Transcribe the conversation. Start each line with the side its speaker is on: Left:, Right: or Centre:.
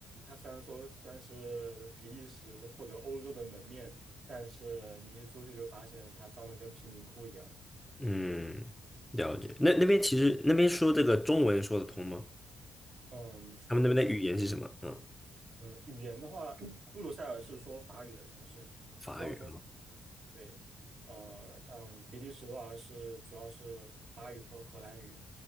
Right: 它虽然说算是比利时或者欧洲的门面，但是你一出去就发现它脏的跟贫民窟一样，
Centre: 嗯，了解。那那边其实那边说这个中文说得通吗？
Right: 嗯，说不通。
Centre: 他们那边的语言是什么？嗯，
Right: 嗯，语言的话，<clears throat> 布鲁塞尔是说法语的城市，
Centre: 法语。
Right: 主要说法语。对，呃，像比利时的话是主要是法语和荷兰语，